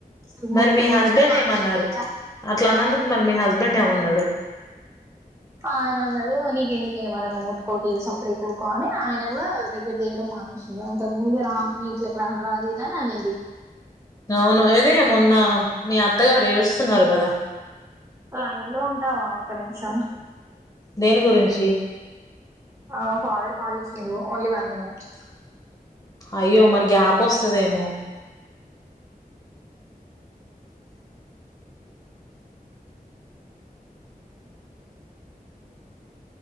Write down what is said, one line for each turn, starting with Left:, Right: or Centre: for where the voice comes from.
Right: అసలు
Left: మరి
Right: ముట్టుకోవడమే
Left: మీ హస్బెండ్
Right: మానేసిన
Left: ఏమన్నారు
Right: తెలుసా
Left: అట్లా అన్నందుకు మరి మీ హస్బెడ్ హస్బెండ్ ఏమన్నాడు
Right: ఆయన ఆన్నాడు నీకు ఎందుకే మల్ల మొత్తుకోకు ఇగ సప్పుడు కానీ ఆయన కూడా దగ్గర రానియ్యడం మానేశాడు అంతకు ముందు రాంగ్నే ఇట్లకి రం రాదుదని అనేది
Left: అవును అదే మొన్న మీ అత్తగారు ఏడుస్తున్నారు కదా
Right: లైన్ లో ఉంటావా ఒక నిమిషం
Left: దేని గురించి
Right: ఆ ఫాదర్ కాల్ చేసిండూ ఓన్లీ వన్ మినిట్
Left: అయ్యో మరి గ్యాప్ వస్తదేమో